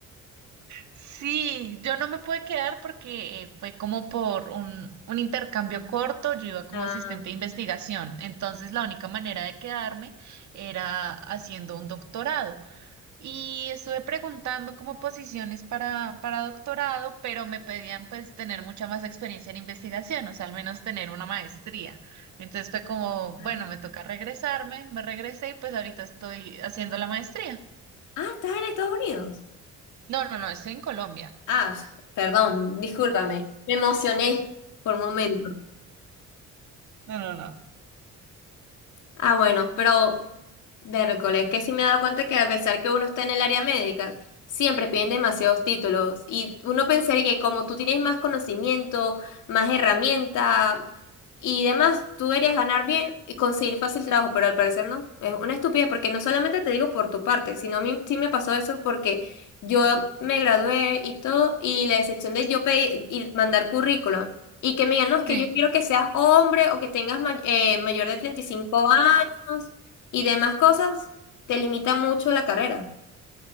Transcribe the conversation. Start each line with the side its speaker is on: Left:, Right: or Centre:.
Right: Sí, yo no me pude quedar porque eh, fue como por un, un intercambio corto, yo iba como
Left: Ah,
Right: asistente de investigación, entonces la única manera de quedarme era haciendo un doctorado. Y estuve preguntando como posiciones para, para doctorado, pero me pedían pues tener mucha más experiencia en investigación, o sea, al menos tener una maestría. Entonces fue como, bueno,
Left: ah,
Right: me toca regresarme, me regresé y pues ahorita estoy haciendo la maestría.
Left: ah, estás en Estados Unidos.
Right: No, no, no, estoy en Colombia.
Left: Ah, perdón, discúlpame, me emocioné por un momento.
Right: No, no, no.
Left: Ah, bueno, pero miércoles, que sí me he dado cuenta que a pesar que uno está en el área médica, siempre piden demasiados títulos. Y uno pensaría que como tú tienes más conocimiento, más herramienta y demás, tú deberías ganar bien y conseguir fácil trabajo, pero al parecer no. Es una estupidez porque no solamente te digo por tu parte, sino a mí sí me pasó eso porque yo me gradué y todo, y la excepción de yo pedir y mandar currículum. Y que me digan, no, es que
Right: Sí.
Left: yo quiero que seas hombre o que tengas ma- eh, mayor de 35 años y demás cosas, te limita mucho la carrera.